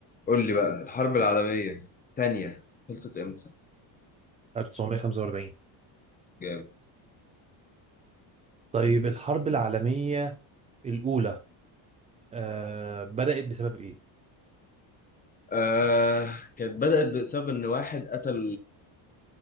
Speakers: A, on the left; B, on the right.
A: قول لي بقى الحرب العالمية التانية خلصت امتى؟
B: 1945
A: جامد
B: طيب الحرب العالمية الأولى آه بدأت بسبب ايه؟
A: آه كانت بدأت بسبب إن واحد قتل